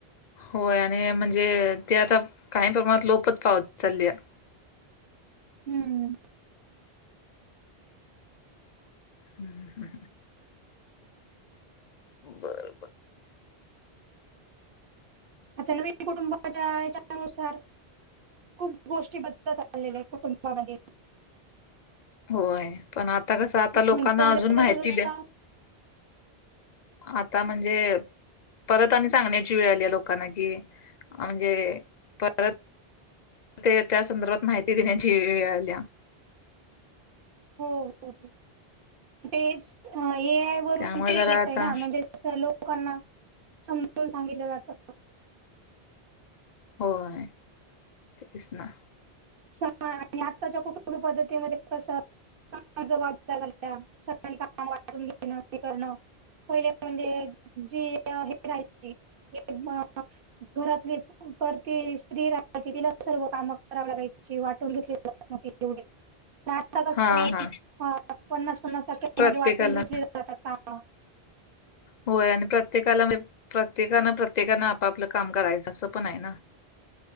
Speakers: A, on the left; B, on the right.
A: होय आणि म्हणजे ते आता काही प्रमाणात लोपच पावत चालली आहे.
B: हम्म.
A: हम ह. बर बर.
B: अ त्यां व कुटुंबाच्या याच्यानुसार खूप गोष्टी बद्दल चाललेल्या आहेत कुटुंबामध्ये
A: होय पण आता कसं आता लोकांना
B: म्हणजे
A: अजून
B: जसं
A: माहिती
B: जसं
A: द्या. आता म्हणजे परत आणि सांगण्याची वेळ आली आहे लोकांना कि म्हणजे परत ते त्या संदर्भात माहिती देण्याची वेळ आल्या.
B: हो हो हो तेच ए आय वरून
A: त्यामुळे
B: तेच
A: जरा
B: होतय
A: आता
B: ना म्हणजे लोकांना समजून सांगितलं जातं.
A: होय. तेच ना-
B: समा आणि आत्ताच्या कुटुंब पद्धतीमध्ये कसं, सग जबाबदार झाल्या सगळ्यांनी काम वाटून घेणं, हे करणं. पहिले म्हणजे जी हे राहायची. ते म घरातली करते स्त्री राहायची तिला सर्व काम करावी लागय. वाटून घेतली जात. वाढता कस
A: हा हा
B: पन्नास पन्नास टक्क्या
A: प्रत्येकाला
B: म वाटून घेतली. का? <inaudible>
A: होय आणि प्रत्येकाला प्रत्येकान प्रत्येकान आपापलं काम करायचं असं पण आहे ना.